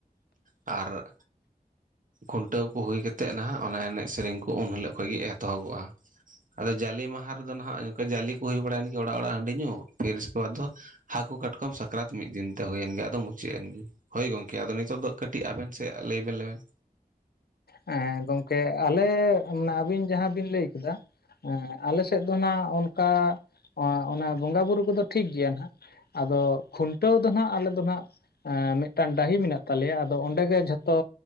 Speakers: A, on the right; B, on the left.
A: ᱟᱨ ᱠᱷᱩᱱᱴᱟᱹᱣ ᱠᱚ ᱦᱩᱭ ᱠᱟᱛᱮᱜ ᱱᱟᱦᱟᱜ ᱚᱱᱟ ᱮᱱᱮᱡ ᱥᱮᱨᱮᱧ ᱠᱚ ᱩᱱ ᱦᱤᱞᱳᱜ ᱠᱷᱚᱡ ᱜᱮ ᱮᱛᱚᱦᱚᱵᱚᱜ-ᱟ᱾ ᱟᱫᱚ ᱡᱟᱞᱤ ᱢᱟᱦᱟ ᱨᱮᱫᱚ ᱱᱟᱜ ᱱᱚᱝᱠᱟ ᱡᱟᱞᱤ ᱠᱚ ᱦᱩᱭ ᱵᱟᱲᱟᱭᱮᱱ ᱜᱮ ᱚᱲᱟᱜ ᱚᱲᱟᱜ ᱦᱟᱺᱰᱤ ᱧᱩ, ᱯᱷᱤᱨ ᱤᱥᱠᱮ ᱵᱟᱫᱽ ᱫᱚ ᱦᱟᱹᱠᱩ ᱠᱟᱴᱠᱚᱢ ᱥᱟᱠᱨᱟᱛ ᱢᱤᱫ ᱫᱤᱱᱛᱮ ᱦᱩᱭᱮᱱ ᱜᱮ, ᱟᱫᱚ ᱢᱩᱪᱟᱹᱫ ᱮᱱᱜᱮ᱾ ᱦᱳᱭ ᱜᱚᱝᱠᱮ ᱟᱫᱚ ᱱᱤᱛᱳᱜ ᱫᱚ ᱠᱟᱹᱴᱤᱡ ᱟᱵᱮᱱ ᱥᱮᱫ ᱟᱜ ᱞᱟᱹᱭᱵᱮᱱ ᱞᱟᱹᱭᱵᱮᱱ᱾
B: ᱦᱮᱸ ᱜᱚᱝᱠᱮ ᱟᱞᱮ ᱢᱟ, ᱟᱵᱤᱱ ᱡᱟᱦᱟᱸ ᱵᱤᱱ ᱞᱟᱹᱭ ᱠᱮᱫᱟ ᱮᱸ ᱟᱞᱮ ᱥᱮᱫ ᱫᱚ ᱱᱟᱸᱜ ᱚᱱᱠᱟ ᱚᱸ ᱚᱱᱮ ᱵᱚᱸᱜᱟᱼᱵᱩᱨᱩ ᱠᱚᱫᱚ ᱴᱷᱤᱠ ᱜᱮᱭᱟ ᱱᱟᱦᱟᱜ ᱾ ᱟᱫᱚ ᱠᱷᱩᱱᱴᱟᱹᱣ ᱫᱚ ᱱᱟᱜ ᱟᱞᱮ ᱫᱚ ᱱᱟᱦᱟᱜ ᱮᱸᱻ ᱢᱤᱫᱴᱟᱝ ᱰᱟᱹᱦᱤ ᱢᱮᱱᱟᱜ ᱛᱟᱞᱮᱭᱟ ᱟᱫᱚ ᱚᱸᱰᱮ ᱜᱮ ᱡᱷᱚᱛᱚ